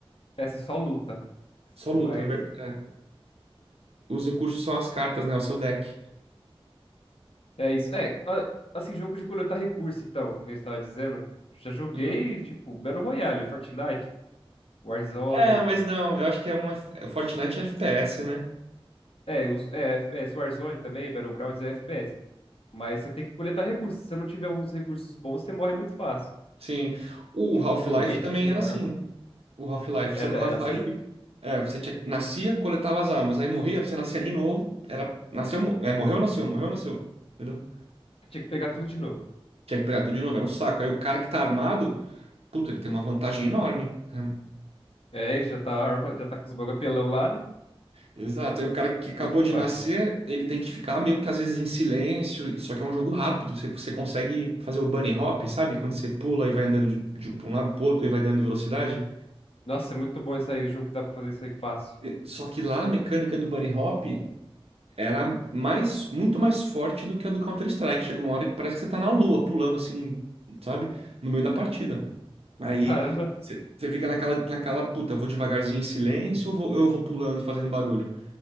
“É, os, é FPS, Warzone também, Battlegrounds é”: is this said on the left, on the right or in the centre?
Left